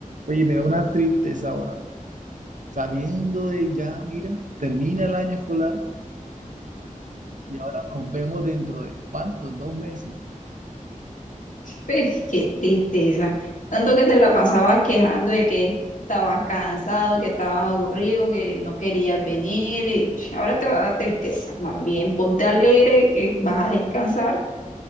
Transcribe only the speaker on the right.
Oye, me da una tristeza ahora. Saliendo de ya, mira, termina el año escolar y ahora nos vemos dentro de ¿cuántos? Dos meses.